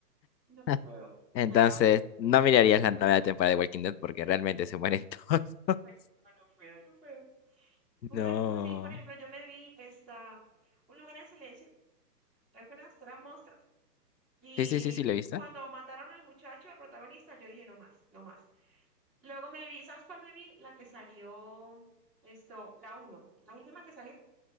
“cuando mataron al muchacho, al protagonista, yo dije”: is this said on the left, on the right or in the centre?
Centre